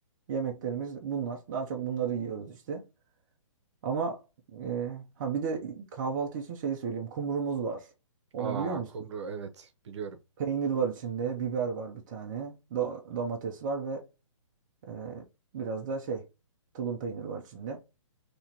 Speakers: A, on the right; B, on the right.
A: yemeklerimiz bunlar. Daha çok bunları yiyoruz işte. Ama e, ha bir de kahvaltı için şeyi söyleyeyim. Kumrumuz var. Onu
B: Aa,
A: biliyor musun?
B: kumru evet biliyorum.
A: Peynir var içinde, biber var bir tane, do- domates var ve e, biraz da şey tulum peyniri var içinde.